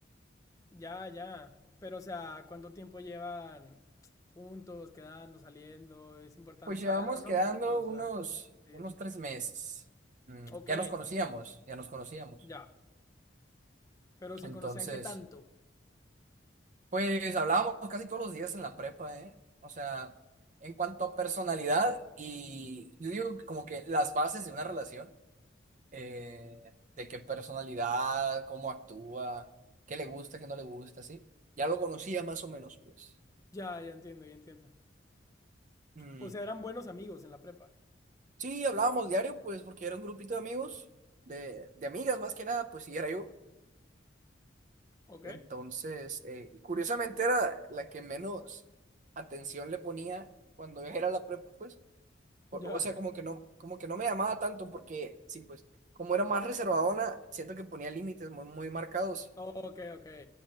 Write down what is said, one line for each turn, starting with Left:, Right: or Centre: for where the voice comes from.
Left: Ya, ya. Pero, o sea, ¿cuánto tiempo llevan juntos, quedando, saliendo? Es importante
Right: Pues
Left: saberlo,
Right: llevamos
Left: ¿no?
Right: quedando
Left: Porque, pues, o sea,
Right: unos,
Left: sí.
Right: unos tres meses. Mm,
Left: Ok,
Right: ya nos conocíamos, ya nos conocíamos.
Left: ya. Pero se
Right: Entonces,
Left: conocían qué tanto.
Right: pues hablábamos casi todos los días en la prepa, ¿eh? O sea, en cuanto a personalidad y yo digo que como que las bases de una relación eh, de qué personalidad, cómo actúa, qué le gusta, qué no le gusta, ¿sí? Ya lo conocía más o menos, pues.
Left: Ya, ya entiendo, ya entiendo.
Right: Mm.
Left: O sea, eran buenos amigos en la prepa.
Right: Sí, hablábamos diario, pues, porque era un grupito de amigos, de, de amigas más que nada, pues sí, era yo.
Left: ¿Ok?
Right: Entonces, eh, y curiosamente era la que menos atención le ponía cuando era la prepa, pues. O,
Left: Ya.
Right: o sea, como que no, como que no me llamaba tanto, porque sí, pues, como era más reservadona, siento que ponía límites muy, muy marcados.
Left: Ok, ok.